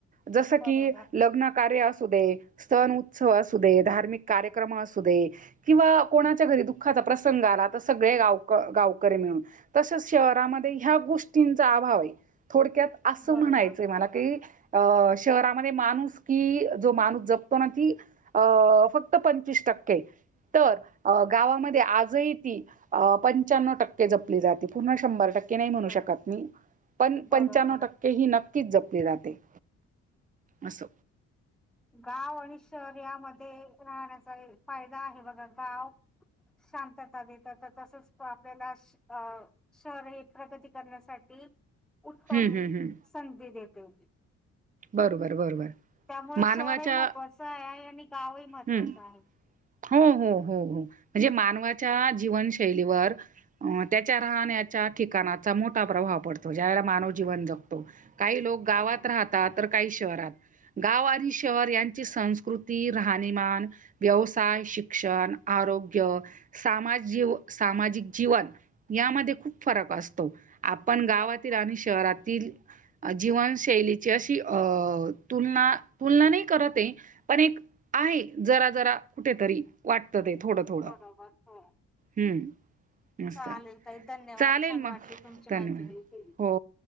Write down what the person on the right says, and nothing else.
जस
की लग्न कार्य असू दे, सन उत्सव असू दे, धार्मिक कार्यक्रम अस असू दे, किंवा कोणाच्या घरी दुःखाचा प्रसंग आला तर तर सगळे गावकर गावकरी तसं शहरामध्ये ह्या गोष्टींचा अभाव थोडक्यात असं
म्हणायचंय मला की अ शहरामध्ये माणूस की जो माणूस जपतो ना ती अ फक्त पंचवीस टक्के, ओक! तर गावामध्ये आजही ती पंच्यान्व टक्के जपली जाते. पु शंभर टक्के नाही
म्हणू शकता मी, पण
पच्यानउ टक्के हि ना नकीच जपली जाते. अस
हं, हं, हं.
बरोबर! बरोबर!
मानवाच्या
हं.
हो हो हो हो म्हणजे मानवाच्या जीवनशैलीवर अ त्याच्या राहण्याच्या ठिकाणाचा मोठा प्रभाव पडतो. ज्या मानव जीवन जगतो, काही लोक गावात
राहता गाव काही शहरात गाव आणि शह शहर यांची संस्कृती राहणीमान, व्यवसाय, शिक्षण आरोग्य, सामाज सामाज जीवन यामध्ये खूप फरक असतो, आपण गावातील
आणि शहरातील जीवनशैलीची अशी अ तुलना तुलना नाही करत आहे, पण एक आहे जरा जरा कुठेतरी वाटतं ते थोडं - थोडं
हम्म, अच्छा!
चालेल
मग
धन्यवाद
हो